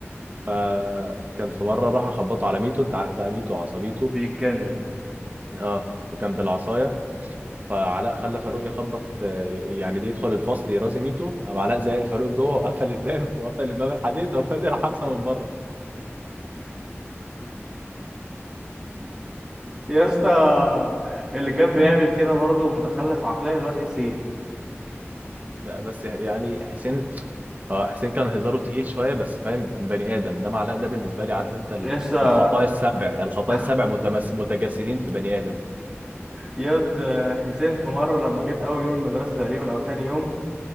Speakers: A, on the right; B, on the right.
A: فكان في مره راحوا خبطوا على ميتو انت عارف بقى ميتو وعصبيته
B: بيتجنن
A: اه وكان بالعصايه فعلاء خلى فاروق يخبط آه، يعني دي يدخل الفصل يرازي ميتو قام علاء زي فاروق جوه وقفل الباب <laughs> وقفل الباب الحديد وفضل حبسه من بره
B: يا اسطى اللي كان بيعمل كده برضه متخلف عقليا الواد حسين
A: بس يعني حسين اه حسين كان هزاره تقيل شويه بس فاهم بني ادم انما علاء ده بالنسبه لي عارف انت ال-
B: يا اسطى
A: الخطايا السبع الخطايا
B: <laughs>
A: السبع متمس... متجسدين في بني ادم
B: ياض آه، حسين في مره لما جيت اول يوم المدرسه تقريبا او تاني يوم